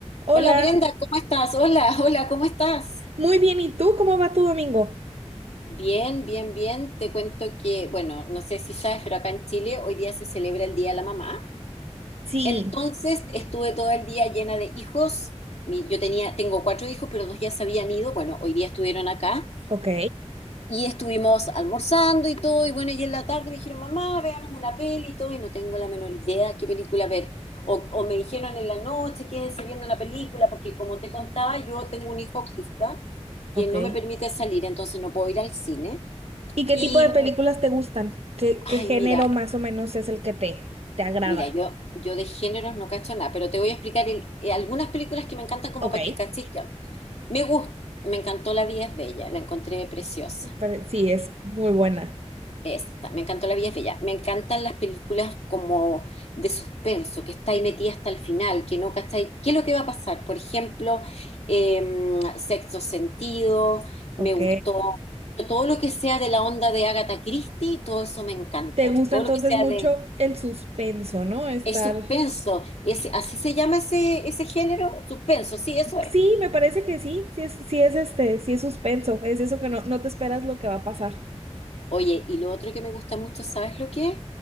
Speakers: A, on the right; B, on the left.
A: Hola,
B: Hola Brenda, ¿cómo estás? Hola, <laughs> hola, ¿cómo estás?
A: muy bien, ¿y tú? ¿Cómo va tu domingo?
B: Bien, bien, bien. Te cuento que, bueno, no sé si sabes, pero acá en Chile hoy día se celebra el Día de la Mamá.
A: Sí,
B: Entonces estuve todo el día llena de hijos. Mi- yo tenía, tengo cuatro hijos, pero dos ya se habían ido. Bueno, hoy día estuvieron acá
A: Ok,
B: y estuvimos almorzando y todo. Y bueno, y en la tarde me dijeron, mamá, veamos una peli y todo. Y no tengo la menor idea qué película ver. O, o me dijeron en la noche, quédense viendo la película, porque como te contaba, yo tengo un hijo autista.
A: ok.
B: que no me permite salir, entonces no puedo ir al cine.
A: ¿Y qué
B: Y,
A: tipo de películas te gustan? ¿Qué,
B: ay,
A: qué género
B: mira,
A: más o menos es el que te, te agrada?
B: mira, yo, yo de géneros no cacho nada, pero te voy a explicar el- eh, algunas películas que me encantan como
A: Ok,
B: para que cachis. qué onda. Me gusta, me encantó La vida es bella, la encontré preciosa.
A: pero sí, es muy buena.
B: Esta, me encantó La Vida es Bella. Me encantan las películas como de suspenso, que está ahí metida hasta el final, que no cachai qué es lo que va a pasar. Por ejemplo, eh, Sexto Sentido,
A: Ok.
B: me gustó. Todo lo que sea de la onda de Agatha Christie, todo eso me encanta.
A: ¿Te gusta
B: Todo
A: entonces
B: lo que sea
A: mucho
B: de...
A: el suspenso, ¿no? Estar...
B: Es suspenso. Es, ¿así se llama ese, ese género? Suspenso, sí, eso es.
A: Sí, me parece que sí, sí es, sí es este, sí es suspenso, es eso que no, no te esperas lo que va a pasar.
B: Oye, y lo otro que me gusta mucho, ¿sabes lo que es?